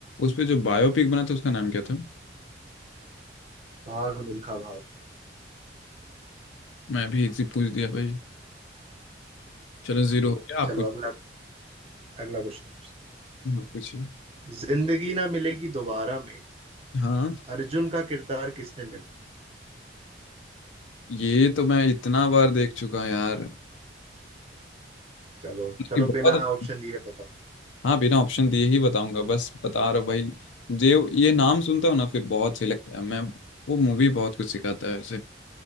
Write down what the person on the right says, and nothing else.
भाग मिल्खा भाग
हम्म
चलो
अगला अगला क्वेश्चन
जिंदगी ना मिलेगी दोबारा में
अर्जुन का किरदार किसने निभाया
चलो
चलो
बिना ऑप्शन दिए बताओ